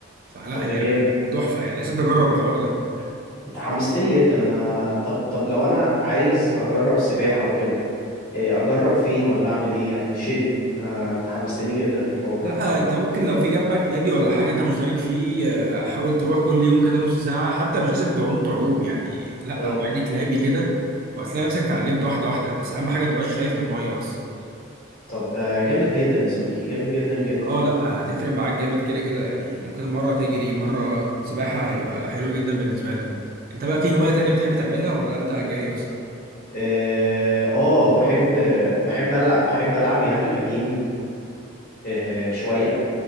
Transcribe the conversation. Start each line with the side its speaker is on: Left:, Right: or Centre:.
Right: فلا
Left: طب
Right: هي
Left: ده جامد
Right: تحفة يعني لازم تجرب الحوار ده
Left: انت حمستني جدا انا طب طب لو انا عايز اجرب سباحه وكده إيه، اجرب فين ولا اعمل ايه يعني يرشدني انا انت حمستني جدا للحوار
Right: لا انت ممكن لو في جنبك نادي ولا حاجه انت مشترك فيه آه، حاول
Left: مم.
Right: تروح كل يوم كده نص ساعه حتى مش لازم تعوم تعوم يعني لا
Left: اه
Right: عادي كلابي كده وهتلاقي نفسك اتعلمت واحده واحده بس اهم حاجه ما تبقاش خايف من الميه بس
Left: طب ده جامد جدا يا صديقي جامد جدا جدا
Right: اه
Left: يعني
Right: لا هتفرق معاك جامد كده كده يعني ممكن مره تجري مره سباحه هيبقى حلو جدا بالنسبه لك انت بقى في هوايه تانية بتحب تعملها ولا انت جري بس
Left: اه آه، بحب بحب العب بحب العب يعني بجيم آه، شوية